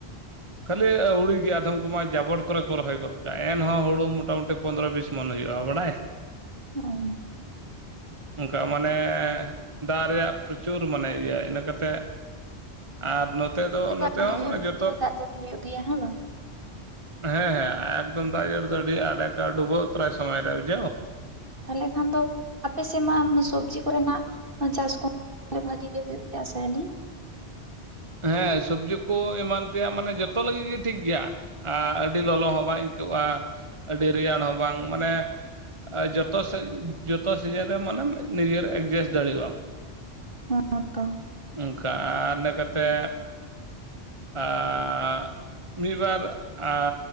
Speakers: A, on the right; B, on the right.
A: ᱠᱷᱟᱹᱞᱤ ᱟᱹᱣᱲᱤ ᱜᱮ ᱟᱫᱷᱚᱢ ᱠᱚᱢᱟ ᱡᱟᱵᱚᱴ ᱠᱚᱨᱮ ᱠᱚ ᱨᱚᱦᱚᱭ ᱜᱚᱫ ᱠᱟᱜᱼᱟ, ᱮᱱᱦᱚᱸ ᱦᱩᱲᱩ ᱢᱚᱴᱟᱢᱩᱴᱤ ᱯᱚᱸᱫᱽᱨᱚ ᱵᱤᱥ ᱢᱚᱱ ᱦᱩᱭᱩᱜᱼᱟ, ᱵᱟᱲᱟᱭ ᱾
B: ᱚ ᱾
A: ᱚᱱᱠᱟ ᱢᱟᱱᱮ ᱫᱟᱜ ᱨᱮᱭᱟᱜ ᱯᱨᱚᱪᱩᱨ ᱢᱟᱱᱮ ᱤᱭᱟᱹ ᱤᱱᱟᱹ ᱠᱟᱛᱮᱫ ᱟᱨ ᱱᱚᱛᱮ ᱫᱚ
B: ᱥᱮ
A: ᱱᱚᱛᱮ
B: ᱟᱹᱰᱤ
A: ᱦᱚᱸ
B: ᱡᱳᱨ
A: ᱢᱟᱱᱮ ᱡᱚᱛᱚ
B: ᱛᱟᱦᱚᱞᱮ ᱫᱟᱜ ᱡᱟᱹᱲᱤ ᱦᱩᱭᱩᱜ ᱜᱮᱭᱟ ᱦᱮᱸ ᱵᱟᱝ
A: ᱦᱮᱸ ᱦᱮᱸ ᱮᱠᱫᱚᱢ ᱫᱟᱜ ᱡᱟᱲᱤ ᱫᱚ ᱟᱹᱰᱤ ᱟᱸᱴ ᱮᱠᱟ ᱰᱩᱵᱟᱹᱣ ᱩᱛᱟᱹᱨᱟᱭ ᱥᱚᱢᱚᱭ ᱨᱮ ᱵᱩᱡᱷᱟᱹᱣ ᱾
B: ᱛᱟᱦᱞᱮ ᱠᱷᱟᱱ ᱫᱚ ᱟᱯ ᱟᱯᱮ ᱥᱮᱡ ᱢᱟ ᱥᱚᱵᱽᱡᱤ ᱠᱚᱨᱮᱱᱟᱜ ᱪᱟᱥ ᱠᱚ ᱦᱚᱸ ᱵᱷᱟᱜᱤ ᱜᱮ ᱦᱩᱭᱩᱜ ᱜᱮᱭᱟ ᱟᱥᱟᱭᱟᱞᱤᱧ ᱾
A: ᱦᱮᱸ ᱥᱚᱵᱡᱤ ᱠᱚ ᱮᱢᱟᱱ ᱛᱮᱭᱟᱜ ᱢᱟᱱᱮ ᱡᱚᱛᱚ ᱞᱟᱹᱜᱤᱫ ᱜᱮ ᱴᱷᱤᱠ ᱜᱮᱭᱟ ᱾ ᱟᱜ ᱟᱹᱰᱤ ᱞᱚᱞᱚ ᱦᱚᱸ ᱵᱟᱝ ᱟᱹᱭᱠᱟᱹᱜᱼᱟ ᱟᱹᱰᱤ ᱨᱮᱭᱟᱲ ᱦᱚᱸ ᱵᱟᱝ ᱢᱟᱱᱮ ᱟᱨ ᱡᱚᱛᱚᱥᱮ ᱡᱚᱛᱚ ᱥᱤᱡᱤᱱ ᱨᱮ ᱢᱟᱱᱮᱢ ᱱᱤᱡᱮᱨ ᱮᱰᱡᱟᱥᱴ ᱫᱟᱲᱮᱭᱟᱜ ᱟᱢ ᱾
B: <unintelligible> ᱛᱚ
A: ᱚᱱᱠᱟ ᱟᱨ ᱤᱱᱟᱹ ᱠᱟᱛᱮ ᱟᱨ ᱢᱤᱫ ᱵᱟᱨ ᱟ